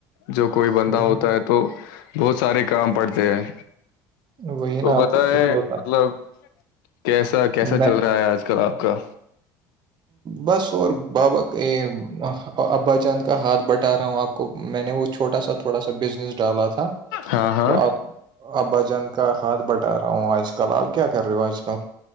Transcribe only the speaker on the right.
وہی
وہی
نا
آپ
اکلوتا
میں
بس اور بابا کے ابا جان کا ہاتھ بٹ ٹا رہا ہوں آپ کو میں نے وہ چھوٹا سا تھوڑا سا بزنس ڈالا تھا
تو آپ ابا جان کا ہاتھ بٹا رہا ہوں آج کل آپ کیا کر رہے ہو آج کل